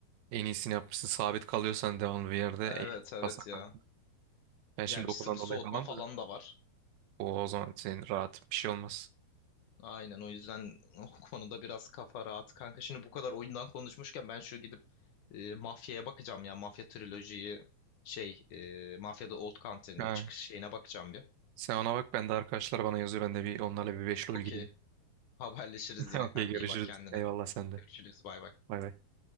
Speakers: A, on the right; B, on the left.
A: En iyisini yapmışsın. Sabit kalıyorsan devamlı bir yerde
B: Evet
A: en iyisi
B: evet
A: kalsa kanka.
B: ya.
A: Ben şimdi
B: Ya bir
A: okuldan
B: sıvı
A: dolayı
B: soğutma
A: falan
B: falan
A: da
B: da var.
A: o, o zaman senin rahat bir şey olmaz.
B: Aynen o yüzden o konuda biraz kafa rahat. Kanka şimdi bu kadar oyundan konuşmuşken ben şu gidip e, Mafya'ya bakacağım ya. Mafya trilojiyi şey e, Mafya'da Old Country'nin
A: Ha,
B: çıkış şeyine bakacağım bir.
A: Sen ona bak ben de arkadaşlar bana yazıyor. Ben de bir onlarla bir beşli
B: Okey.
A: ol gideyim.
B: Haberleşiriz
A: <laughs>
B: yine
A: Okey
B: kanka.
A: görüşürüz.
B: İyi bak kendine.
A: Eyvallah sen de.
B: Görüşürüz. Bay bay.
A: Bay bay.